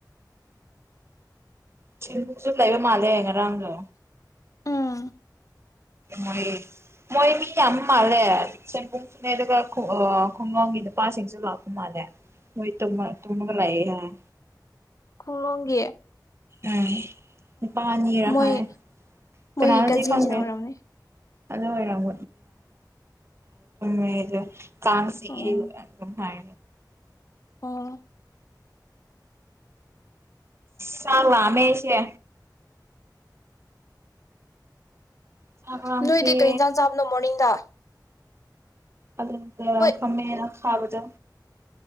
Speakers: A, on the right (about 35°); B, on the left (about 45°).
A: <unintelligible> ꯂꯩꯔ ꯃꯥꯜꯂꯦ ꯉꯔꯥꯡꯗꯣ
B: ꯎꯝ
A: ꯃꯣꯏ ꯃꯣꯏ ꯃꯤ ꯌꯥꯝ ꯃꯥꯜꯂꯦ ꯁꯦꯟꯕꯨꯡꯁꯨꯅꯦ ꯑꯗꯨꯒ ꯈꯨ ꯑꯥ ꯈꯨꯡꯒꯪꯒꯤ ꯅꯨꯄꯥꯁꯤꯡꯁꯨ ꯂꯥꯛꯄ ꯃꯥꯜꯂꯦ ꯃꯣꯏ ꯇꯨꯝꯃ ꯇꯨꯝꯃꯒ꫰ꯂꯩꯌꯦ ꯍꯥꯏ
B: ꯈꯨꯡꯒꯪꯒꯤ
A: ꯎꯝ ꯅꯤꯄꯥ ꯑꯅꯤꯔ
B: ꯃꯣꯏ
A: ꯍꯥꯏ
B: ꯃꯣꯏꯒꯤ
A: ꯀꯅꯥꯅꯣꯗꯤ
B: ꯀꯖꯤꯟꯁꯤꯅ
A: ꯈꯪꯗꯦ
B: ꯑꯣꯏꯔꯝꯅꯤ
A: ꯑꯗꯨ ꯑꯣꯏꯔꯝ <unintelligible> ꯀꯥꯡ ꯆꯤꯛꯑꯦ
B: ꯑꯣ
A: ꯑꯗꯨꯝ ꯍꯥꯏ
B: ꯑꯣ
A: ꯆꯥꯛ ꯂꯥꯝꯃꯦ ꯑꯩꯁꯦ ꯆꯥꯛ ꯂꯥꯝꯈ꯭ꯔꯦ
B: ꯅꯣꯏꯗꯤ ꯀꯩ ꯌꯦꯟꯖꯥꯡ ꯆꯥꯕꯅꯣ ꯃꯣꯔꯅꯤꯡꯗ
A: ꯑꯗꯨꯗ
B: ꯍꯣꯏ
A: ꯈꯥꯃꯦꯟ ꯑꯈꯥꯕꯗꯣ